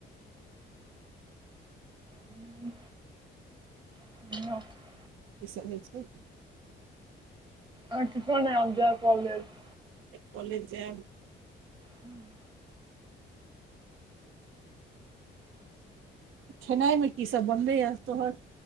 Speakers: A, on the right; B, on the right.
A: हू ह <inaudible>
B: किसभ होइ छै
A: ह किछन ह आब जा कॉलेज <inaudible>
B: कॉलेज जाब
A: हू <unintelligible>
B: खेनाइमे की सब बनलैएा तोहर